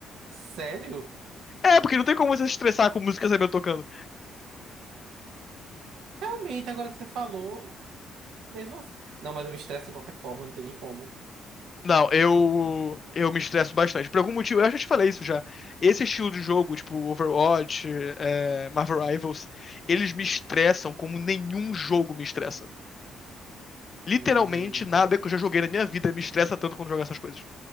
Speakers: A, on the right; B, on the left.
A: sério?
B: É, porque não tem como você se estressar com música casamento tocando.
A: Realmente, agora que você falou, mesmo assim. Não, mas eu me estresso de qualquer forma, não tem nem como.
B: Não, eu eu me estresso bastante. Por algum motivo, eu já te falei isso já. Esse estilo de jogo, tipo Overwatch, é, Marvel Rivals, eles me estressam como nenhum jogo me estressa. Literalmente,
A: Uhum.
B: nada que eu já joguei na minha vida me estressa tanto quando jogar essas coisas.